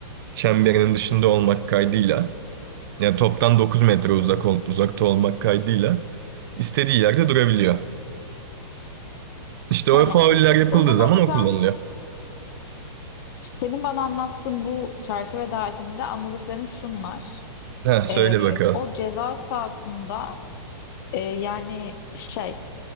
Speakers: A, on the right; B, on the left.
A: çemberinin dışında olmak kaydıyla. Yani toptan 9 metre uzak ol- uzakta olmak kaydıyla istediği yerde durabiliyor. İşte
B: tamam.
A: o fauller yapıldığı
B: O zaman
A: zaman
B: sen
A: o kullanılıyor.
B: senin bana anlattığın bu çerçeve dahilinde anladıklarım şunlar.
A: Ha söyle
B: Ee,
A: bakalım.
B: o ceza sahasında e, yani şey